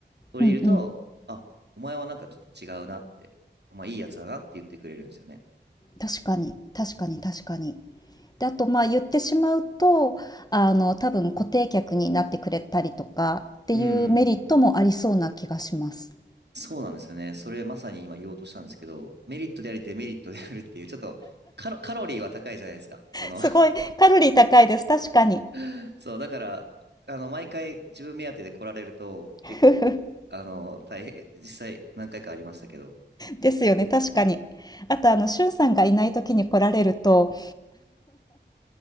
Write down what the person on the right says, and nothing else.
取り入ると、
あ、お前はなんかちょっと違うなって、まあいいやつだなって言ってくれるんですよね。
うんうんうん。そうなんですよね。それまさに今言おうとしたんですけど、メリットでありデメリットであるっていう、ちょっとカロ、カロリーは高いじゃないですか。その
<laughs> そう、だから、あの、毎回自分目当てで来られると、結構、
あの、大変、実際何回かありましたけど、